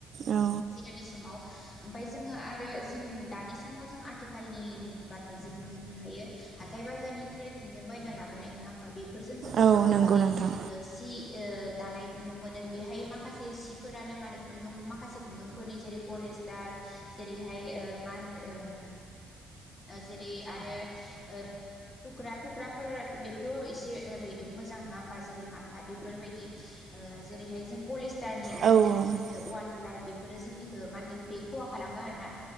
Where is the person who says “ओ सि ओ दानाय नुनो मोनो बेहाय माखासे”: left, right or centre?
Left